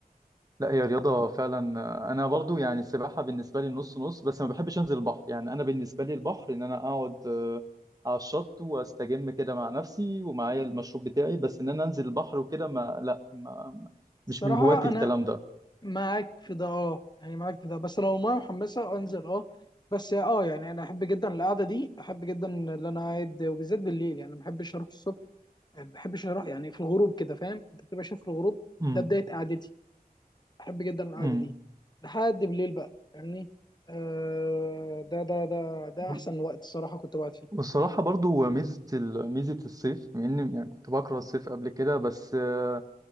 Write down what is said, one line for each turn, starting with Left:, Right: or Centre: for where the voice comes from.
Right: لا هي رياضة فعلا آه، أنا برضو يعني السباحة بالنسبة لي نص نص بس ما بحبش أنزل البحر يعني أنا بالنسبة لي البحر إن أنا أقعد آه، على الشط وأستجم كده مع نفسي ومعايا المشروب بتاعي بس إن أنا أنزل البحر وكده ما لا ما ما- مش
Left: الصراحة
Right: من هواة الكلام
Left: انا
Right: ده
Left: معاك في ده اه يعني معاك في ده بس لو المية محمسة انزل اه بس اه يعني انا احب جدا القعدة دي احب جدا اللي انا قاعد وبالذات بالليل يعني ما بحبش اروح الصبح ما بحبش اروح يعني في الغروب كده فاهم انت بتبقى شايف الغروب
Right: امم
Left: ده بداية قعدتي بحب جدا القعده
Right: امم
Left: دي لحد بالليل بقى فاهمني آه ده ده ده ده
Right: وال-
Left: احسن وقت الصراحه كنت بقعد فيه
Right: والصراحة برضو ميزة ال- ميزة الصيف بما إني يعني كنت بكره الصيف قبل كده بس آه،